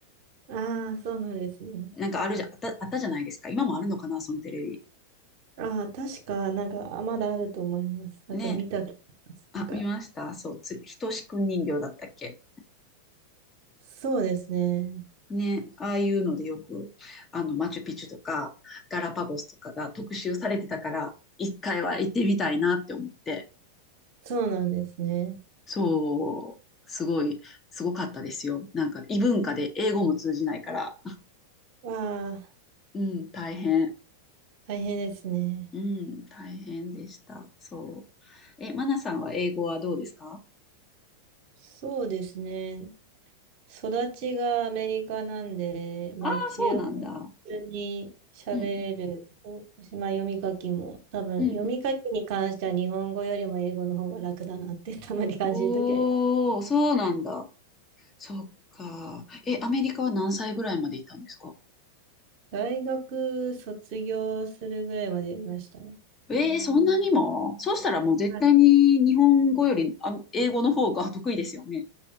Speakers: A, on the right; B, on the left.
A: ああ、そうなんですね。
B: なんかあるじゃ、あった、あったじゃないですか。今もあるのかな、そのテレビ。
A: ああ、確か、なんか、あまだあると思います。なんか見た気がします。
B: ね。あ、
A: なんか、
B: 見ました。そう、つ、ひとしくん人形だったっけ
A: そうですね。
B: ね、ああいうのでよく、あの、マチュピチュとか、ガラパゴスとかが特集されてたから、一回は行ってみたいなって思って、
A: そうなんですね。
B: そう、すごい、すごかったですよ。なんか、異文化で英語も通じないから、
A: わあ、
B: うん、大変、
A: 大変ですね。
B: うん、大変でした。そう。え、マナさんは英語はどうですか
A: そうですね。育ちがアメリカなんで、まあ一応普
B: ああ、そうなんだ。
A: 通に喋れると、
B: うん、
A: まあ読み書きも、多分読み書きに関しては日本語よりも英語の方が楽だなって
B: うん、うんうん。
A: <laughs> たまに感じるときあります。
B: おー、そうなんだ。そっか。え、アメリカは何歳ぐらいまでいたんですか
A: 大学卒業するぐらいまで読みましたね。
B: ええそんなにもそうしたらもう絶対に日本語よりあ英語の方が得意ですよね。
A: はい。